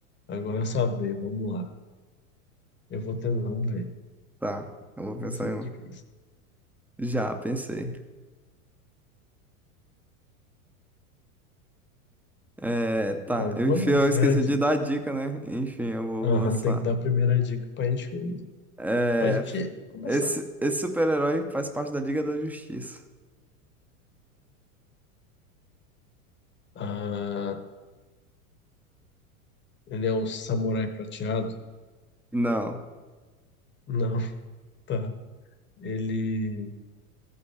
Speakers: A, on the left; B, in the centre.
A: Agora eu só veio, vamos lá. Eu vou tendo, vamos ver.
B: Tá. Eu vou pensar
A: Vai ser
B: em
A: difícil.
B: um. Já, pensei. É, tá.
A: Pode
B: Enfim,
A: mandar,
B: eu
A: primeira
B: esqueci
A: dica.
B: de dar a dica, né? Enfim, eu vou
A: Aham,
B: lançar.
A: tem que dar a primeira dica pra gente,
B: É,
A: pra gente começar.
B: esse esse super-herói faz parte da Liga da Justiça.
A: Ah, Ele é um samurai prateado?
B: Não,
A: Não, <laughs> tá. Ele